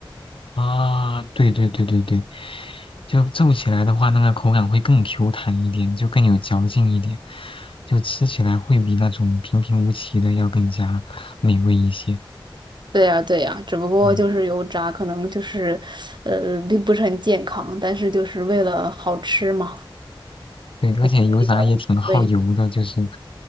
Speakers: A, on the left; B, on the right.
A: 啊，对对对对对，就皱起来的话，那个口感会更 Q 弹一点，就更有嚼劲一点，就吃起来会比那种平平无奇的要更加美味一些。
B: 对呀，对呀，只不过就是油炸，
A: 嗯。
B: 可能就是，呃，并不是很健康，但是就是为了好吃嘛，
A: 对，而且油炸也挺耗油的，
B: 所以无所谓。
A: 就是